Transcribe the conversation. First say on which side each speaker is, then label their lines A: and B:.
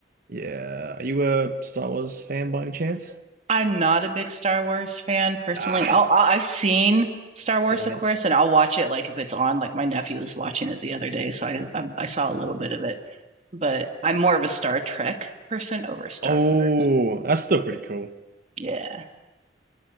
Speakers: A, on the right; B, on the right.
A: Yeah, are you a Star Wars fan by any chance?
B: I'm not a big Star Wars fan personally.
A: Ah,
B: I'll, I- I've seen Star Wars,
A: damn
B: of
A: it.
B: course, and I'll watch it like if it's on. Like my nephew was watching it the other day, so I, I I saw a little bit of it. But I'm more of a Star Trek person over Star
A: Oh,
B: Wars.
A: that's still pretty cool.
B: Yeah.